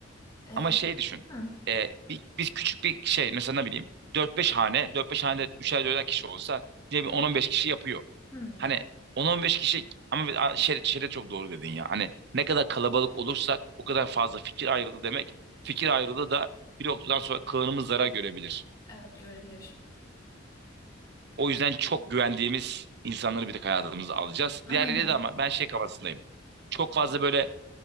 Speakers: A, on the left; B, on the right.
A: e,
B: ama şey düşün.
A: hı,
B: E, bir, biz küçük bir şey mesela ne bileyim 4-5 hane 4-5 hanede 3'er 4'er kişi olsa yine
A: hı,
B: bir
A: hı.
B: 10-15 kişi yapıyor.
A: hı.
B: Hani 10-15 kişi ama şere, şere çok doğru dedin ya. Hani ne kadar kalabalık olursak o kadar fazla fikir ayrılığı demek. Fikir ayrılığı da bir noktadan sonra kılınımız zarar görebilir.
A: Evet görebiliyor.
B: O yüzden çok güvendiğimiz insanları bir tek hayatımıza alacağız.
A: Aynen.
B: Diğerleri de ama ben şey kafasındayım. Çok fazla böyle